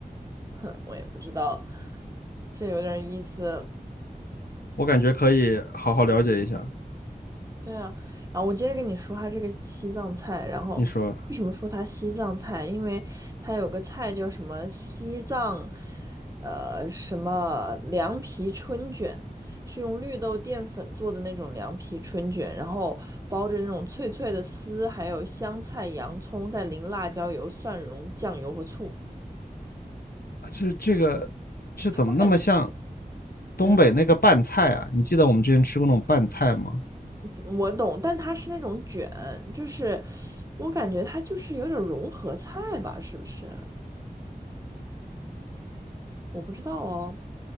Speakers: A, on the right; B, on the left.
A: 哼，我也不知道，这有点意思。
B: 我感觉可以好好了解一下。
A: 对啊，然后我接着跟你说它这个西藏菜，然后为什么说它西藏菜？
B: 你说
A: 因为它有个菜叫什么西藏，呃，什么凉皮春卷，是用绿豆淀粉做的那种凉皮春卷，然后包着那种脆脆的丝，还有香菜、洋葱，再淋辣椒油、蒜蓉、酱油和醋。
B: 这这个这怎么那么像
A: 我感觉，
B: 东北那个拌菜啊？
A: 嗯，
B: 你记得我们之前吃过那种拌菜吗？
A: 我懂，但它是那种卷，就是我感觉它就是有点融合菜吧，是不是？我不知道哦。